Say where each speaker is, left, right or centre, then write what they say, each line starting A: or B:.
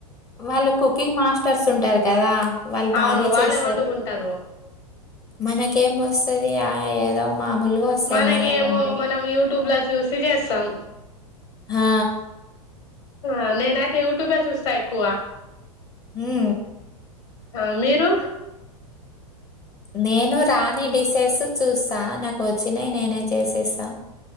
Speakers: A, on the left; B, on the left.
A: వాళ్ళు కుకింగ్ మాస్టర్స్ ఉంటారు కదా. వాళ్ళు బానే
B: అవును వాళ్ళే
A: చేస్తారు
B: వండుకుంటారు
A: మనకేమ్ వస్తది ఆ ఏదో మామూలుగా వస్తాయి
B: మనకేమో
A: మనకు వంటలు.
B: మనం యూట్యూబ్ లో చూసి చేస్తాం.
A: హా
B: ఆ నేనయితే యూట్యూబే చూస్తా ఎక్కువ
A: ఉ ఉ
B: ఆ మీరు
A: నేను రాని డిసెస్ చూస్తా నాకు వచ్చినాయి నేనే చేసేస్తా.